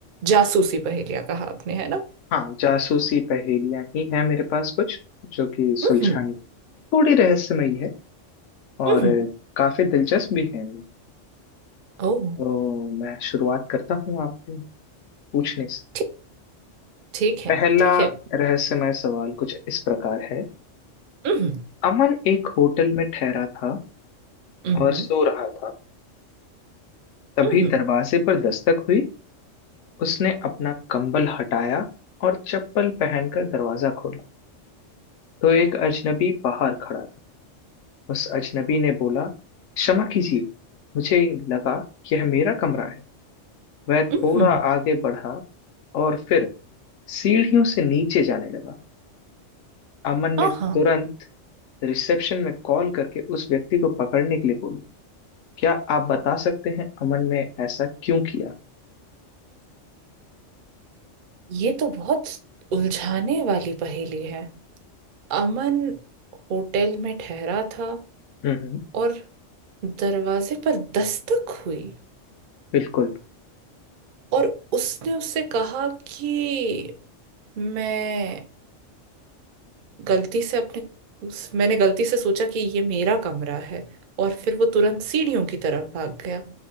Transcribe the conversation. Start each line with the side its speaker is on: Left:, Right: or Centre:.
Right: जासूसी पहेलियां कहा आपने है ना
Left: हाँ जासूसी पहेलियां ही हैं मेरे पास कुछ जो कि सुलझानी
Right: हम्म
Left: थोड़ी रहस्यमयी है और
Right: हम्म
Left: काफी दिलचस्प भी है
Right: ओह
Left: तो मैं शुरुआत करता हूँ आपसे पूछने से
Right: ठीक ठीक है
Left: पहला
Right: ठीक है
Left: रहस्यमय सवाल कुछ इस प्रकार है
Right: हम्म
Left: अमन एक होटल में ठहरा था
Right: हम्म
Left: और सो रहा था तभी
Right: हम्म
Left: दरवाजे पर दस्तक हुई उसने अपना कंबल हटाया और चप्पल पहनकर दरवाजा खोला तो एक अजनबी बाहर खड़ा था उस अजनबी ने बोला क्षमा कीजिए मुझे लगा यह मेरा कमरा है वह थोड़ा
Right: हम्म
Left: आगे बढ़ा और फिर सीढ़ियों से नीचे जाने लगा अमन
Right: हाँ
Left: ने तुरंत रिसेप्शन में कॉल करके उस व्यक्ति को पकड़ने के लिए बोला क्या आप बता सकते हैं अमन ने ऐसा क्यों किया
Right: ये तो बहुत उलझाने वाली पहेली है अमन होटल में ठहरा था
Left: हम्म हम्म,
Right: और दरवाजे पर दस्तक हुई
Left: बिल्कुल
Right: और उसने उससे कहा कि मैं गलती से अपने उस- मैंने गलती से सोचा कि ये मेरा कमरा है और फिर वो तुरंत सीढ़ियों की तरफ भाग गया